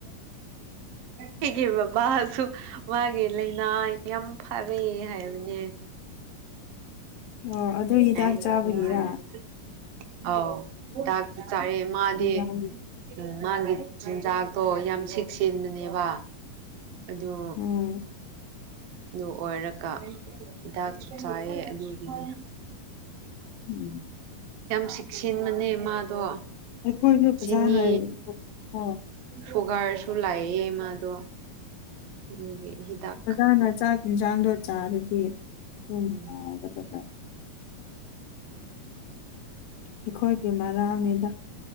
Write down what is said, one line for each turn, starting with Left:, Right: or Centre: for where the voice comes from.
Right: ꯏꯩꯒꯤ ꯕꯥꯕꯥ ꯁꯨ ꯃꯥꯒꯤ ꯂꯩꯅꯥ ꯌꯥꯝ ꯐꯔꯦ ꯍꯥꯏꯕꯅꯦ <unintelligible>
Left: ꯑꯣ ꯑꯗꯨ ꯍꯤꯗꯥꯛ
Right: <unintelligible>
Left: ꯆꯥꯕꯒꯤꯔ
Right: ꯑꯥꯎ ꯗꯥꯛ ꯆꯥꯏꯌꯦ ꯃꯥꯗꯤ
Left: ꯌꯥꯝ
Right: ꯎꯝ ꯃꯥꯒꯤ ꯆꯤꯟꯖꯥꯛ ꯇꯣ ꯌꯥꯝ ꯆꯦꯛꯁꯤꯟꯕꯅꯦꯕ ꯑꯗꯨ
Left: ꯎꯝ
Right: ꯑꯗꯨ ꯑꯣꯏꯔꯒ ꯍꯤꯗꯥꯛꯁꯨ ꯆꯥꯏꯌꯦ ꯑꯗꯨꯒꯤꯅꯦ
Left: ꯎꯝ
Right: ꯌꯥꯝ ꯁꯦꯛꯁꯤꯟꯕꯅꯦ ꯃꯥꯗꯣ
Left: ꯑꯩꯈꯣꯏꯁꯨ
Right: ꯆꯤꯅꯤ
Left: ꯐꯖꯅ ꯑꯣ
Right: ꯐꯨꯒꯥꯏꯔꯁꯨ ꯂꯥꯌꯦ ꯃꯥꯗꯣ ꯑꯗꯨꯒꯤ ꯍꯤꯗꯥꯛ ꯈꯛꯇ
Left: ꯃꯥꯅ ꯆꯥꯛ ꯌꯦꯟꯁꯥꯡꯗꯣ ꯆꯥꯔꯗꯤ ꯑꯗꯨꯝ
Right: ꯎꯝ
Left: ꯐꯒꯗꯕ ꯑꯩꯈꯣꯏꯒꯤ ꯃꯔꯥꯜꯅꯦꯗ